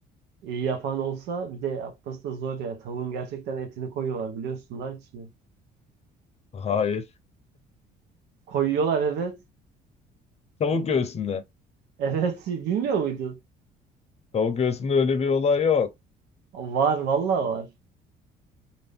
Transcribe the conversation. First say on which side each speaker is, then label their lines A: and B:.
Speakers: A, on the right (about 85°); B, on the left (about 40°).
A: İyi yapan olsa bir de yapması da zor ya. Tavuğun gerçekten etini koyuyorlar biliyorsun da içine.
B: <laughs> Hayır.
A: Koyuyorlar evet. <laughs>
B: Tavuk göğsünde.
A: Evet bilmiyor muydun?
B: Tavuk göğsünde öyle bir olay yok.
A: Var vallahi var.